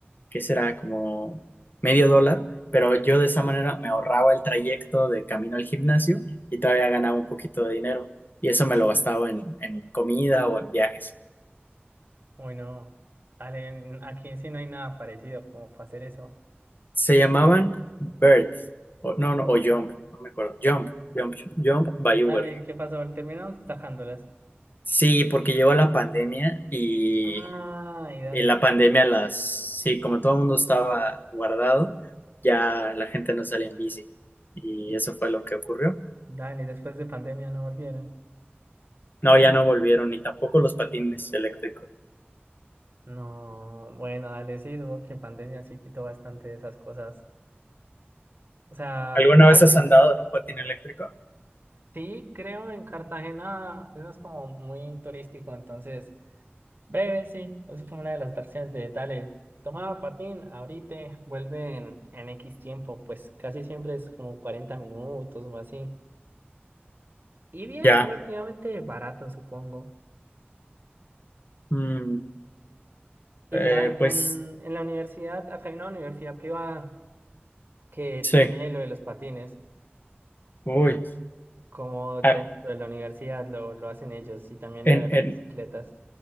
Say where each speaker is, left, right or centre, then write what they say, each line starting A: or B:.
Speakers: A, on the left; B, on the right.
A: que será como medio dólar, pero yo de esa manera me ahorraba el trayecto de camino al gimnasio
B: Sí.
A: y todavía ganaba un poquito de dinero. Y eso
B: Uy,
A: me lo gastaba
B: sí.
A: en, en comida o en viajes.
B: Uy, no. Dale, n- aquí sí no hay nada parecido como para hacer eso.
A: Se llamaban Bird, o, no, no, o Jump, no me acuerdo. Jump, Jump, Jump by
B: Dale,
A: Uber.
B: ¿qué pasó? Terminaron tajándolas.
A: Sí, porque llegó la pandemia y
B: Ah, y dale,
A: en la
B: ¿qué
A: pandemia
B: pasó?
A: las, sí, como todo el mundo estaba guardado, ya la gente no salía en bici y eso fue lo que ocurrió.
B: Dale, después de pandemia no volvieron.
A: No, ya no volvieron, ni tampoco los patines eléctricos.
B: No, bueno, dale, sí, supongo que pandemia sí quitó bastante de esas cosas. O sea,
A: ¿Alguna
B: dale,
A: vez has andado en un patín eléctrico?
B: Sí, creo en Cartagena, eso es como muy turístico, entonces, breve, sí, eso es como una de las atracciones de, dale, toma patín, ahorita, vuelve en, en X tiempo, pues casi siempre es como 40 minutos o así. Y bien,
A: Ya.
B: relativamente barato, supongo.
A: Mm,
B: Y
A: eh,
B: ya en,
A: pues
B: en la universidad, acá hay una universidad privada que
A: sí.
B: tiene lo de los patines,
A: Uy.
B: como dentro
A: Ah,
B: de la universidad lo, lo hacen ellos, y también
A: en,
B: lo de las
A: en,
B: bicicletas.